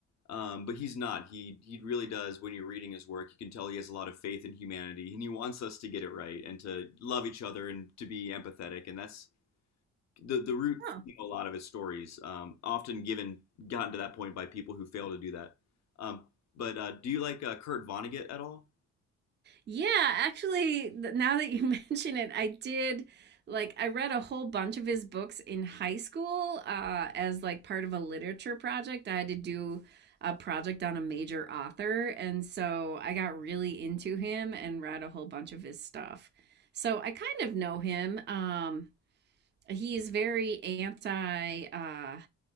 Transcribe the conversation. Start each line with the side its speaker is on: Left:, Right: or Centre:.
Left: Um, but he's not. He he really does. When you're reading his work, you can tell he has a lot of faith in humanity, and he wants us to get it right and to love each other and to be empathetic. And that's the the root
Right: Huh.
Left: theme of a lot of his stories, um, often given gotten to that point by people who fail to do that. Um, but uh, do you like uh, Kurt Vonnegut at all?
Right: Yeah, actually, th- now that you <laughs> mention it, I did like I read a whole bunch of his books in high school uh, as like part of a literature project. I had to do a project on a major author, and so I got really into him and read a whole bunch of his stuff. So I kind of know him. Um, he is very anti uh,